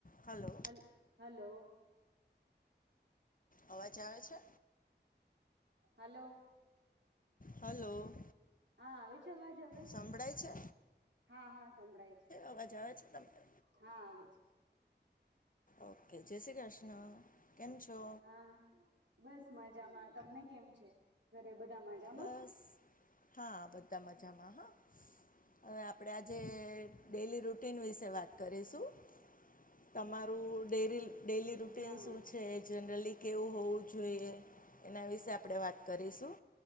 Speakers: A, on the left; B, on the right.
A: Hello
B: હલ્ hello.
A: અવાજ આવે છે.
B: હલોલો.
A: હલો.
B: હા આવે છે અવાજ હવે
A: સંભળાય છે?
B: હા હા સંભળાય છે
A: અવાજ આવે છે તમને
B: હા આવે છે.
A: ઓકે જય શ્રી કૃષ્ણ કેમ છો.
B: હા બસ મજામાં તમને કેમ છે ઘરે બધા મજામાં.
A: બસ હા બધા મજામાં હા. હવે આપણેે આજે ડેલી રૂટીન વિશે વાત કરીશું. તમારું ડેરી ડેલી રૂટીન
B: હા
A: શું
B: હા
A: છે જનરલી કેવું હોવું જોઈએ. એના વિશે આપડે વાત કરીશું